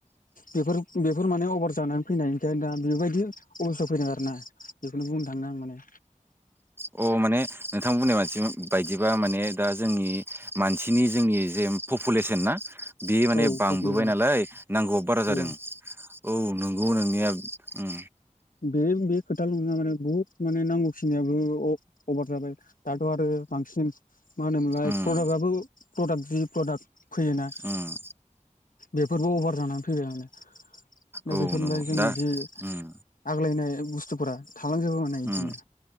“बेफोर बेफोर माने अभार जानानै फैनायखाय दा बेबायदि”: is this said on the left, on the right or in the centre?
Left